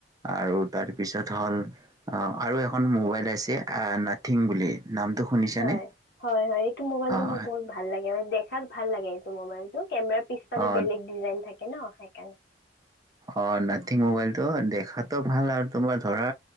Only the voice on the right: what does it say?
আৰু তাৰপিছত হ'ল অ আৰু এখন মোবাইল আছে নাথিং বুলি। নামটো শুনিছানে?
অ'
অ'
অ নাথিং মবাইলটো দেখাতো ভাল আৰু তোমাৰ ধৰা